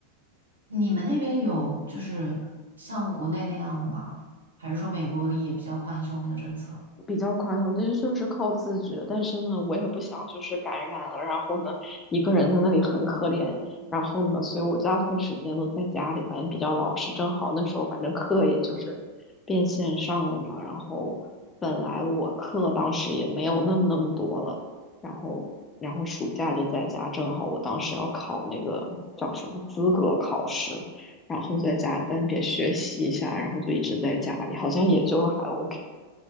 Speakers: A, on the right; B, on the left.
A: 你们那边有就是像国内那样的吗？还是说美国也比较宽松那个政策？
B: 比较宽松，这就是靠自觉。但是呢，我也不想就是感染了，然后呢，一个人在那里很可怜。然后呢，所以我大部分时间都在家里，反正比较老实。正好那时候，反正课也就是变线上了嘛。然后本来我课当时也没有那么那么多了，然后然后暑假就在家，正好我当时要考那个叫什么资格考试，然后在家在那边学习一下，然后就一直在家里，好像也就还 OK。